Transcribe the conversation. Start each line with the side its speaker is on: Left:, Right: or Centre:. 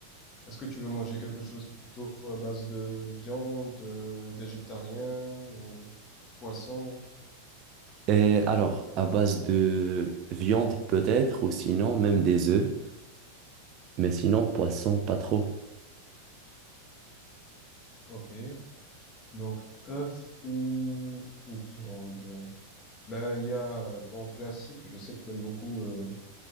Left: Est-ce que tu veux manger quelque chose plutôt à base de viande, euh, végétarien, ou poisson?
Right: Et alors, à base de viande peut-être, ou sinon même des œufs, mais sinon poisson pas trop.
Left: Ok. Donc, œuf ou, ou viande? Ben, il y a ton classique, je sais que t'aimes beaucoup euh,